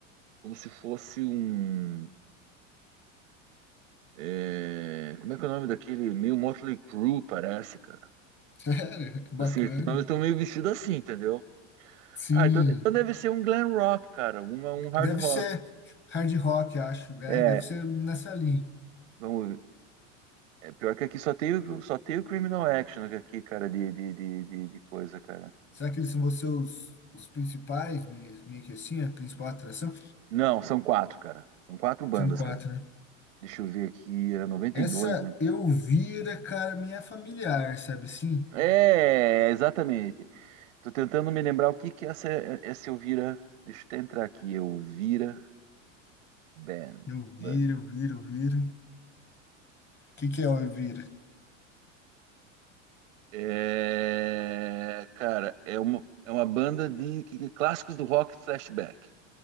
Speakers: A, on the right; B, on the left.
A: como se fosse um, é, como é que é o nome daquele, meio Motley Crue, parece, cara.
B: <laughs> Sério, que bacana.
A: Assim, eles estão meio vestidos assim, entendeu?
B: Sim,
A: Ah, então, então deve ser um glam rock, cara, alguma, um hard
B: deve
A: rock.
B: ser hard rock, acho. É,
A: É,
B: deve ser nessa linha.
A: vamos ver. É pior que aqui só tem, o- só tem o Criminal Action aqui, cara, de, de, de, de, de coisa, cara.
B: Será que eles são vocês os os principais, meio, meio que assim, a principal atração?
A: Não, são quatro, cara. São quatro bandas,
B: São quatro,
A: cara.
B: né?
A: Deixa eu ver aqui, era 92,
B: Essa
A: né?
B: Elvira, cara, me é familiar, sabe assim?
A: É, exatamente. Tô tentando me lembrar o que que é essa, essa Elvira. Deixa eu até entrar aqui, Elvira Band,
B: Elvira,
A: banda.
B: Elvira, Elvira. O que, que é ouvir?
A: É, cara, é uma, é uma banda de que- que- clássicos do rock flashback.